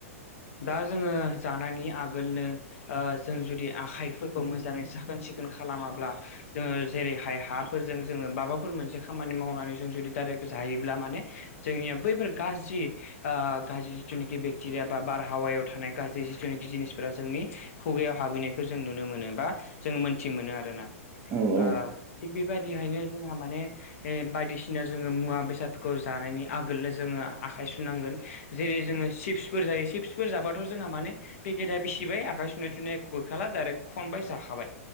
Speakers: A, on the left; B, on the right.
A: दा जोङो जानायनि आगोलनो ओ जों जुदि आखाइफोरखौ मोजाङै साखोन सिखोन खालामाब्ला जोङो जेरैहाय हाफोरजों जोङो माबाफोर मोनसे खामानि मावनानै जों जुदि डाइरेक्ट जायोब्ला माने जोंनिया बैफोर गाज्रि ओ गाज्रि जिनिखि बेक्टेरिया बा बारहावायाव थानाय गाज्रि जिथुनिखि जिनिसफोरा जोंनि खुगायाव हाबहैनाय। खौ जों नुनो मोनो बा जों मोन्थि मोनो आरो। ओ
B: औ औ औ
A: थिग बेबायदिहायनो जोंहा माने <unintelligible> बायदिसिना जोङो मुवा बेसादफोरखौ जानायनि आगोलनो जोङो आखाइ सुनांगोन। जेरै जोङो चिप्सफोर जायो चिप्सफोर जाबाथ' जोंहा माने पेकेटआ बिसिबाय आखाइ सुनाय थुनाय <unintelligible> खाला डाइरेक्ट खनबाय जाखाबाय।